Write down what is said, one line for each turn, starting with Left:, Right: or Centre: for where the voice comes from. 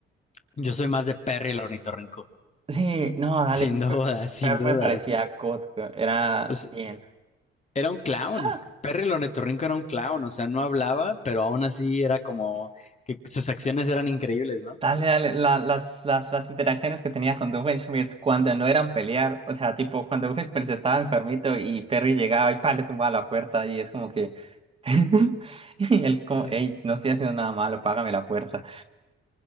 Left: Yo soy más de Perry el ornitorrinco.
Right: Sí, no, dale,
Left: Sin duda,
Right: Ferb,
Left: <laughs> sin
Right: Ferb
Left: duda.
Right: me parecía
Left: o sea,
Right: God, era
Left: pues,
Right: bien.
Left: era un clown.
Right: Ah,
Left: Perry el ornitorrinco era un clown. O sea, no hablaba, pero aún así era como que sus acciones eran increíbles, ¿no?
Right: dale, dale, la- las, las, las interacciones que tenía con Doofenshmirtz cuando no eran pelear, o sea, tipo, cuando Doofenshmirtz estaba enfermito y Perry llegaba y pa, le tumbaba la puerta y es como que... <laughs> y él como,
Left: Sí.
Right: hey, no estoy haciendo nada malo, págame la puerta.